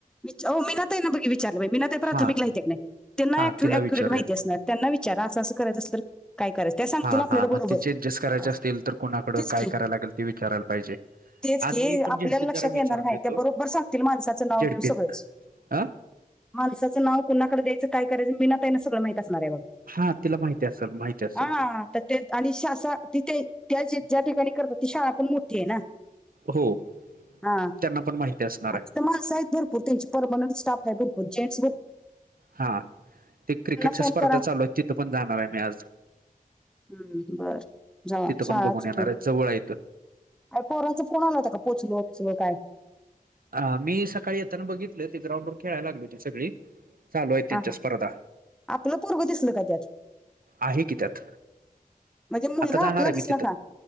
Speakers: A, in the centre; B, on the right.
A: वि मीना ताईना विचारू बघकी वय? मीना ताई प्राथमिक
B: हा
A: ला आहेत की नाय
B: हा
A: त्यांना
B: तिला
A: अक्युरेट
B: विचारूया
A: माहिित आहे. त्यांना विचारा असं असं करायचं अस तर काय करायचं? त्या सांगतील
B: हा
A: आपल्याला
B: हा मग
A: बरोबर
B: त्या चेजजस्ट करायचे
A: हा,
B: असतील तर कुणाकड
A: तेच
B: काय
A: की
B: करायला लागेल ते विचारयला पाहिजे.
A: तेच
B: आज
A: की
B: मी पण
A: आपल्याला
B: झेडपीत
A: लक्षात
B: जरा विचारून
A: येणार नाही
B: घेतो
A: त्या बरोबर सांगतील माणसाचं नाव
B: झेडपीत
A: बिव सगळंच
B: ह.
A: माणसाचं नाव कोुणाकडे द्यायं काय करायचं मीना ताईना सगळं माहीत असणार आहे बघा.
B: हा तिला माहिती असेल माहिती असेल.
A: हा तर ते आणि श तिथे त्या ज्या ठिकाणी करतात ती शाळा पण मोठी आहे ना.
B: हो
A: हा
B: त्यांना पण माहिती असणार आहे
A: अस तर मानस आहेत. भरपूर त्यांची पर्मनंट स्टाफ आहे भरपूर जेन्ट्स
B: हा ते क्रिकेटच्या
A: फोन
B: स्पर्धा
A: करा
B: चालू आहे तिथं पण जाणार आहे मी आज
A: हम्म बर जाव
B: तिथं पण
A: शाळा
B: बघून
A: चकून
B: येणार आहे जवळ आहे
A: आणि पोराचं कोणाला जागी पोचलो असलो काय?
B: अ मी सकाळी येताना बघितले ते ग्राउंड वर खेळायला लागलो होती सगळी चालू आहेत त्यांच्या
A: हा ह
B: स्पर्धा
A: आपलं पूर्व दिसलं का त्यात
B: आहे की त्यात
A: म्हणजे मुलगा
B: आता जाणार
A: आपला
B: आहे मी
A: दिसला
B: तिथं
A: का